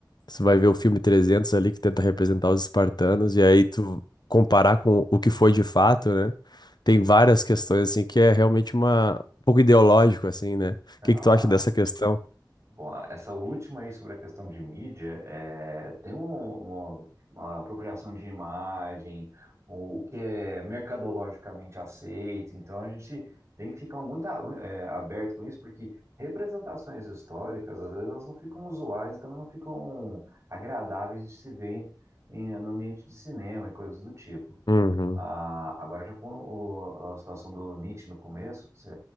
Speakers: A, on the left; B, on the right.
A: você vai ver o filme 300 ali que tenta representar os espartanos, e aí tu comparar com o que foi de fato, né? Tem várias questões, assim, que é realmente uma... um pouco ideológico, assim, né? O
B: Ah,
A: que que tu acha dessa questão?
B: bom, essa última aí sobre a questão de mídia, é, tem um- uma, uma apropriação de imagem, o, o que é mercadologicamente aceito, então a gente tem que ficar muito a- é, aberto com isso, porque representações históricas, às vezes, elas não ficam usuais, também não ficam agradáveis de se ver em, no ambiente de cinema e coisas do tipo.
A: Uhum,
B: Ah, agora, já com o- a situação do Nietzsche no começo, que você